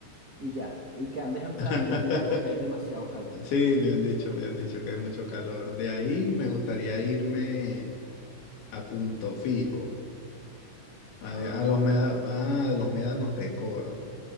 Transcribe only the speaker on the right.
y ya. Y que andes en franelilla
porque hay demasiado calor.
Ah.